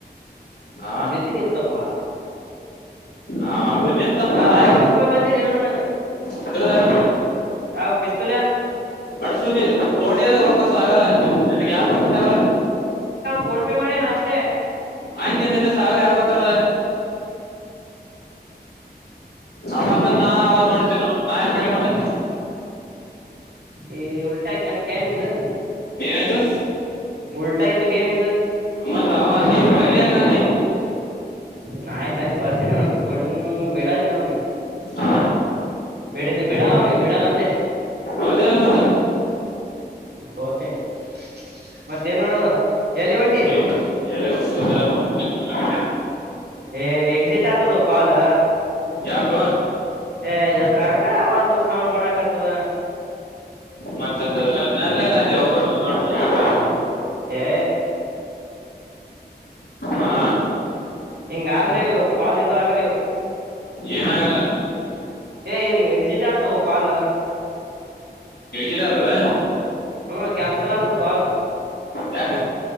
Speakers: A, on the left; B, on the right.
A: ಹಾ
B: ಬಿತಿಗೆತ್ತಪ್ಪಾ
A: ಹಾ ಅದೇ ನಿನ್ ತಪ್ಪ
B: ಆ
A: ಏನಾ
B: ಐವತ್ ರೂಪಾಯಿ ಬಂದಿಲ್ಲ ಇನ್ನು ನನಗ
A: ಇದರ <unintelligible>
B: ಆ ಪಿಸ್ತೂಲ್ಯ
A: ಅಡ್ಸುಣಿ ತೋೊಂಡಿದಾಗ ರೊಕ್ಕ ಸಾವಿರ ನಿನ್ಗ್ ಯಾರು ಕೊಟ್ರ ಸಾವಿರ
B: ಫೋನ್ಪೇ ಮಾಡ್ಯಣ ಅಷ್ಟೇ
A: ಹಂಗೆಲ ನಿನಗ ಸಾವಿರ ಯಾರ್ ಕೊಟ್ರ ಅವಾಗ ನಾ ಅವಾಗ ನೋಡತೀನ ನಾ ಏನ್ ಮಾಡಿ ಮತ್ತ
B: ಈ ಉಲ್ಟ ಆಯ್ತನ ಕೆಮಿದು
A: ಏನಾಯ್ತು
B: ಉಲ್ಟ ಆಯ್ತು ಗೇಮ್ ಇದು
A: ಅಮ್ಮತ್ <unintelligible> ಗಾಂಧಿ
B: ನ ಆಯ್ತ ಆಾಯ್ತು ಬರ್ತೇನೆಿ ಅವನ ಕೊಂಡ ಬಿಡೋದಿಲ್ಲ ಅವನಿಗೆ
A: ಆ?
B: ಬಿಡಲ್ ಬಿಡಾಲ ಅವ್ನಿಗೆ ಬಿಡಲ್ಲ ಅಂದೆ
A: ಅದೆಲ್ಲ ಮತ್ತ
B: ತೋತೀನಿ ಮತ್ತ ಏನ್ ನಡದದ ಎಲ್ಲಿಗ ಒಂಟಿ
A: ಏ- <unintelligible>
B: ಏ ಎಕ್ಸಿಟ್ ಆತದೋ ಕಾಲ್
A: ಯಾಕೋ
B: ಏ ಕಖರ್ಖರ ಆವಾಜ ಸೌಂಡ್ ಬರಕತ್ತದ
A: ಮತ್ತದ ನರ್ಲೆಲ್ಲ ಅಲ್ಲಿ ಹೋಗ ನೋಡ್ತ ಹತ
B: ಏ
A: ಹಾ
B: ಹಿಂಗಾದ್ರೆ ಇವು ಕಾಲ್ ಇದು ಆಗಲಿವು
A: ಏನ ಆಗಲ್ಲ
B: ಏ್ ಎಂಗ ಎಕ್ಸಿಟ್ ಆತ ಕಾಲ
A: ಇದಾದವೇ
B: ಹ್ಮ್ ಕ್ಯಾನ್ಸಲ್ ಆತದು ಕಲ್
A: ಯಾಕ